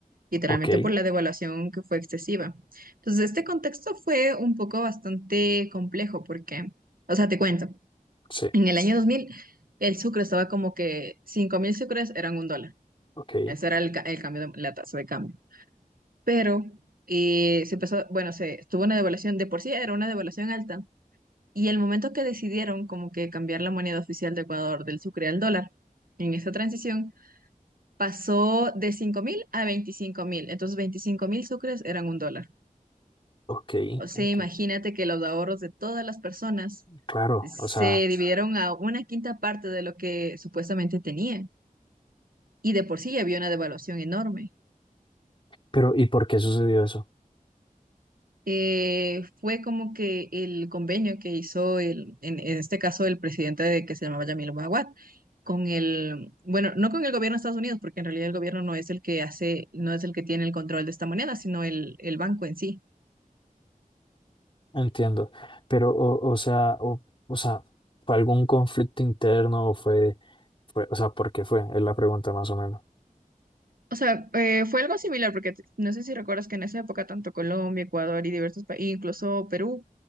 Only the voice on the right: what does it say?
literalmente
por la devaluación que fue excesiva. Entonces, este contexto fue un poco bastante complejo porque, o sea, te cuento,
en el año 2000 el sucre estaba como que 5 mil sucres eran un dólar.
Ese era el, ca- el cambio de- la tasa de cambio. Pero eh, se empezó, bueno, se tuvo una devaluación, de por sí era una devaluación alta Y el momento que decidieron como que cambiar la moneda oficial de Ecuador del sucre al dólar, en esta transición, pasó de cinco mil a veinticinco mil. Entonces, veinticinco mil sucres eran un dólar.
O sea,
imagínate que los ahorros de todas las personas
se
dividieron a una quinta parte de lo que supuestamente tenían. Y de por sí ya había una devaluación enorme.
eh, fue como que el convenio que hizo el, en, en este caso el presidente de, que se llamaba Yamil Maguad, con el, bueno, no con el gobierno de Estados Unidos, porque en realidad el gobierno no es el que hace, no es el que tiene el control de esta moneda, sino el, el banco en sí.
O sea, eh, fue algo similar, porque t- no sé si recuerdas que en esa época tanto Colombia, Ecuador y diversos países, incluso Perú